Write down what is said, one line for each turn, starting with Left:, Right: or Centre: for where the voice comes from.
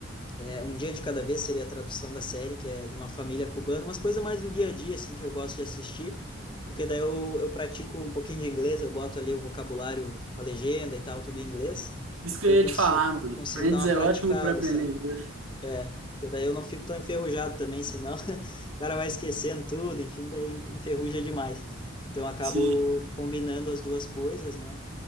Left: É, Um Dia de Cada Vez seria a tradução da série, que é de uma família cubana, umas coisas mais do dia a dia, assim, que eu gosto de assistir, porque daí eu, eu pratico um pouquinho de inglês, eu boto ali o vocabulário, a legenda e tal, tudo em inglês,
Right: Isso que
Left: daí
Right: eu ia
Left: eu consigo,
Right: te falar, mano.
Left: consigo
Right: Friends
Left: dar uma
Right: é
Left: praticada,
Right: ótimo pra aprender
Left: sabe?
Right: inglês.
Left: É, porque daí eu não fico tão enferrujado também, senão <laughs> o cara vai esquecendo tudo, enfim, daí enferruja demais. Então eu acabo
Right: Sim.
Left: combinando as duas coisas, né?